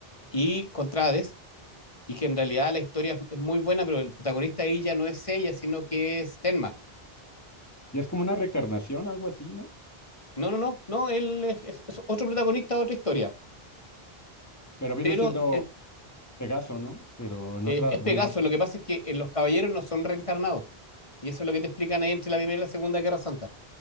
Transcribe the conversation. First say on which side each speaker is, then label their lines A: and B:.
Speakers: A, on the left; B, on the left.
A: y contra Hades, y que en realidad la historia es es muy buena, pero el protagonista ahí ya no es ella, sino que es Tenma
B: Ya es como una recarnación, algo así, ¿no?
A: No, no, no, no, él es, es- es otro protagonista otra historia.
B: Pero viene
A: Pero
B: siendo
A: eh,
B: Pegaso, ¿no? Pero en
A: eh,
B: otra,
A: es
B: bueno,
A: Pegaso, lo que pasa es que eh, los caballeros no son reencarnados. Y eso es lo que te explican ahí entre la Primera y la Segunda Guerra Santa.